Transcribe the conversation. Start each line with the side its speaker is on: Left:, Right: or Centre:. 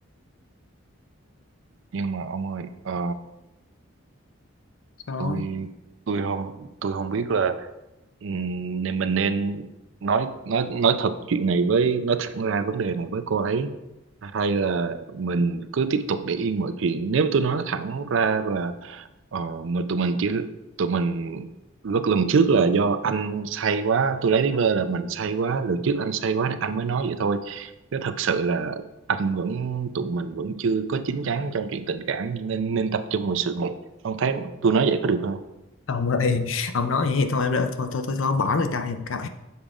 Right: nhưng mà ông ơi ờ,
Left: sao
Right: tôi tôi không tôi không biết là Ừm, nên mình nên nói nói nói thật chuyện này với nói thẳng ra vấn đề này với cô ấy hay là mình cứ tiếp tục để yên mọi chuyện nếu tôi nói thẳng ra là ờ, mà tụi mình chỉ tụi mình lúc lần trước là do anh say quá tôi lấy lý vơ là mình say quá lần trước anh say quá nên anh mới nói vậy thôi chứ thật sự là anh vẫn tụi mình vẫn chưa có chín chắn trong chuyện tình cảm nên nên tập trung vào sự nghiệp ông thấy tôi nói vậy có được không
Left: ông ơi ông nói vậy thì thôi em đã- thôi thôi thôi, thôi ông bỏ người ta giùm cái